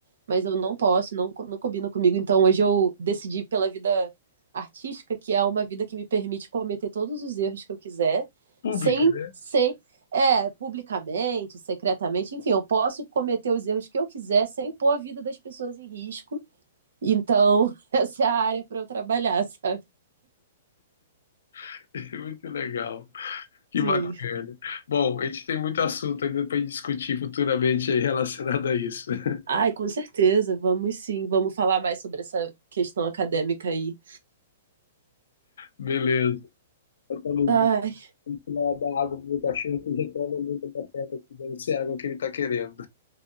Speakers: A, on the right; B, on the left.
A: mas eu não posso, não, co- não combina comigo. Então hoje eu decidi pela vida artística, que é uma vida que me permite cometer todos os erros que eu quiser,
B: pública,
A: sem,
B: né?
A: sem, é, publicamente, secretamente, enfim, eu posso cometer os erros que eu quiser sem pôr a vida das pessoas em risco Então, <laughs> essa é a área para eu trabalhar, sabe?
B: <laughs> Muito legal, que
A: Sim.
B: bacana. Bom, a gente tem muito assunto ainda para discutir futuramente aí relacionado a isso. <laughs>
A: Ai, com certeza, vamos sim, vamos falar mais sobre essa questão acadêmica aí.
B: Beleza. Eu tô no-
A: Ai,
B: Vou lá dar água pro meu cachorro que reclama muito da pedra, que deve água que ele tá querendo.